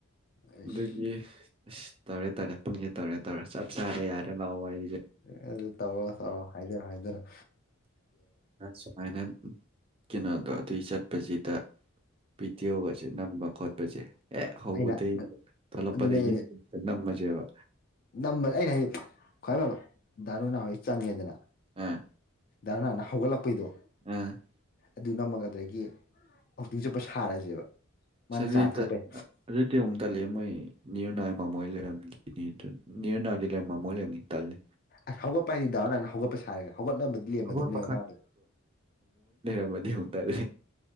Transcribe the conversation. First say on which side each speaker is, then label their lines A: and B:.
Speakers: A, on the left; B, on the right.
A: ꯑꯩꯁ
B: ꯑꯗꯒꯤ ꯑ ꯇꯧꯔꯦ ꯇꯧꯔꯦ ꯄꯨꯡꯁꯦ ꯇꯧꯔꯦ ꯇꯧꯔꯦ ꯆꯞ ꯆꯥꯕ ꯌꯥꯔꯦ ꯂꯥꯛꯑꯣ ꯋꯥꯔꯤꯦ
A: ꯑꯦ ꯑꯗꯨ ꯇꯧꯔ ꯇꯧꯔꯑꯣ ꯍꯥꯏꯖꯔꯣ ꯍꯥꯏꯖꯔꯣ
B: ꯁꯨꯃꯥꯏꯅ ꯀꯩꯅꯣꯗꯣ ꯑꯗꯨꯏ ꯆꯠꯄꯁꯤꯗ ꯄꯤꯇꯤꯌꯒꯁꯦ ꯅꯝꯕ ꯈꯣꯠꯄꯁꯦ ꯑꯦ ꯍꯧꯕꯗꯒꯤꯩ
A: ꯑꯩꯅ
B: ꯊꯣꯛꯂꯛꯄꯗꯒꯤꯩꯨꯝ
A: ꯑꯗꯨꯅꯦ
B: ꯅꯝꯃꯁꯦꯕ
A: ꯅꯝꯕ ꯑꯩꯅ ꯍꯥꯏꯖꯤꯦ ꯈ꯭ꯋꯥꯏ ꯐꯕ ꯗꯥꯔꯨ ꯍꯥꯟꯋꯥꯣꯏ ꯆꯪꯉꯦꯗꯅ
B: ꯑꯥ
A: ꯙꯔꯅꯥꯅ ꯍꯧꯒꯠꯂꯛꯄꯩꯗꯣ
B: ꯑꯥ <unintelligible> <inaudible>
A: ꯑꯗꯨꯅꯃꯛ ꯑꯗꯒꯤ ꯍꯧꯥꯎꯛꯇꯤꯡ ꯆꯨꯞꯄ ꯁꯥꯔꯁꯦꯕ ꯃꯥꯅ
B: ꯁ
A: ꯆꯥ ꯊꯛꯄꯩ
B: ꯑꯗꯨꯗꯤꯨ ꯇꯂ ꯃꯣꯏ ꯅꯤꯔꯅꯏ ꯃꯃꯣꯏ ꯂꯩꯔꯝꯈꯤꯅꯤ ꯑꯗꯨ ꯅꯤꯔꯅꯥꯏꯗꯤ ꯂꯩꯔꯝ ꯃꯃꯣꯏ ꯂꯩꯔꯅꯤ ꯇꯜꯂꯤ
A: ꯑꯁ ꯍꯧꯒꯠꯄ ꯍꯥꯏꯗꯤ ꯗꯥꯑꯣ ꯅꯅꯥꯥꯟꯅ ꯍꯧꯒꯠꯄ ꯁꯥꯔꯒꯦ ꯍꯧꯒꯠꯂꯝꯕꯗꯤ ꯂꯦꯝꯃꯗꯧꯅꯦꯕ
B: ꯑꯋꯥꯠꯄ
A: ꯃꯥ ꯑꯗꯨ
B: ꯗꯤ ꯍꯧꯨꯛꯇꯔ